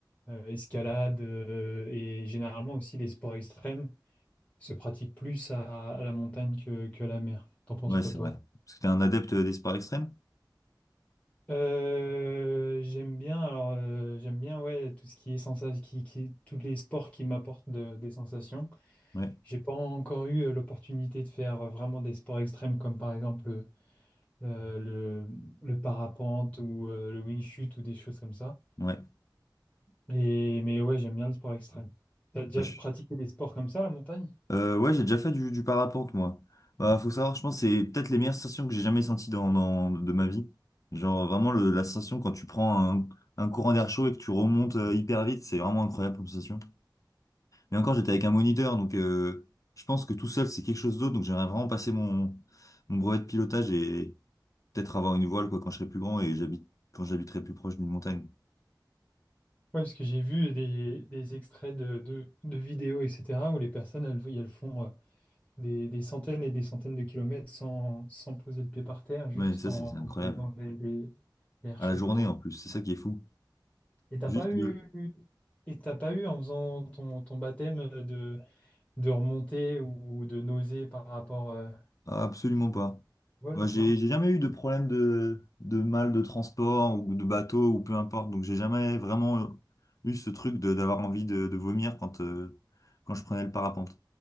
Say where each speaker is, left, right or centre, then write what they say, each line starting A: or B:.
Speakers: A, on the left (about 20°); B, on the left (about 45°).
A: euh, escalade euh, et généralement aussi les sports extrêmes se pratiquent plus à, à la montagne que, que à la mer. T'en penses
B: ouais,
A: quoi,
B: c'est
A: toi?
B: vrai. Parce que t'es un adepte euh, des sports extrêmes?
A: Euh, j'aime bien, alors euh, j'aime bien ouais tout ce qui est sensation, qui, qui, tous les sports qui m'apportent de- des sensations.
B: Ouais,
A: J'ai pas encore eu euh, l'opportunité de faire euh, vraiment des sports extrêmes comme par exemple euh, le, le parapente ou euh, le wing chut ou des choses comme ça.
B: ouais.
A: Et, mais ouais, j'aime bien le sport extrême. T'as déjà
B: Ouais, je-
A: pratiqué des sports comme ça, la montagne?
B: euh, ouais, j'ai déjà fait du, du parapente, moi. Bah, faut savoir, je pense que c'est peut-être les meilleures sensations que j'ai jamais senties dans, dans- de ma vie. Genre vraiment le- la sensation quand tu prends un, un courant d'air chaud et que tu remontes euh, hyper vite, c'est vraiment incroyable comme sensation. Et encore, j'étais avec un moniteur, donc euh, je pense que tout seul, c'est quelque chose d'autre. Donc j'aimerais vraiment passer mon, mon brevet de pilotage et peut-être avoir une voile quoi, quand je serai plus grand et j'habite quand j'habiterai plus proche d'une montagne.
A: Ouais, parce que j'ai vu des, des extraits de, de, de vidéos, etc., où les personnes, elles, elles font euh, des, des centaines et des centaines de kilomètres sans, sans poser le pied par terre, juste
B: Ouais, ça,
A: en
B: c'est c'est incroyable.
A: utilisant les, les- l'air
B: À
A: chaud
B: la journée
A: pour... euh,
B: en plus, c'est ça qui est fou.
A: Et t'as
B: Juste
A: pas eu...
B: le...
A: Et t'as pas eu, en faisant ton, ton baptême, de, de remonter ou de nauser par rapport euh,
B: Ah, Absolument pas.
A: au vol,
B: Moi, j'ai
A: non?
B: j'ai jamais eu de problème de, de mal de transport ou de bateau ou peu importe. Donc j'ai jamais vraiment eu ce truc de d'avoir envie de, de vomir quand, euh, quand je prenais le parapente.